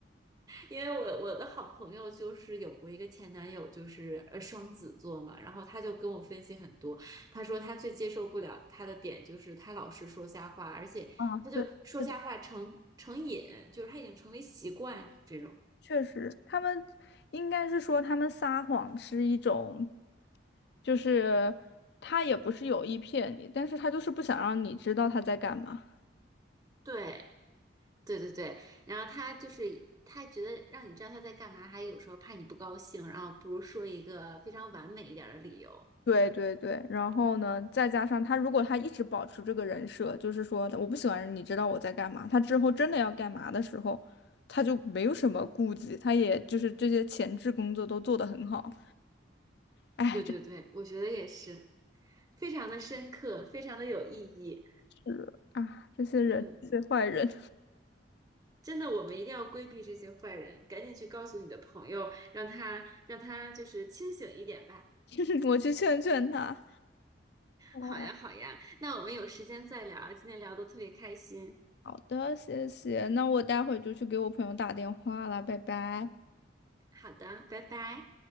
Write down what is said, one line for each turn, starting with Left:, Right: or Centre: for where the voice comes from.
Right: 因为我我的好朋友就是有过一个前男友，就是呃双子座嘛，然后他就跟我分析很多，他说他最接受不了他的点就是他老是说瞎话，而且他就说瞎话成成瘾，
Left: 啊，对，是的，
Right: 就是他已经成为习惯这种。
Left: 确实，他们应该是说他们撒谎是一种，就是他也不是有意骗你，但是他就是不想让你知道他在干嘛。
Right: 对对对对，然后他就是他觉得让你知道他在干嘛，还有时候怕你不高兴，然后不如说一个非常完美一点儿的理由。
Left: 对对对，然后呢，再加上他，如果他一直保持这个人设，就是说我不喜欢你知道我在干嘛，他之后真的要干嘛的时候，他就没有什么顾忌，他也就是这些前置工作都做得很好。哎，
Right: 对对对，
Left: 真
Right: 我觉得也是，非常的深刻，非常的有意义。
Left: 是啊，这些人，
Right: 嗯。
Left: 这些坏人，
Right: 真的，我们一定要规避这些坏人，赶紧去告诉你的朋友，让他让他就是清醒一点吧。
Left: <laughs> 我去劝劝他。哦，
Right: 好呀，好呀，那我们有时间再聊，今天聊的特别开心。
Left: 好的，谢谢，那我待会就去给我朋友打电话了，拜拜。
Right: 好的，拜拜。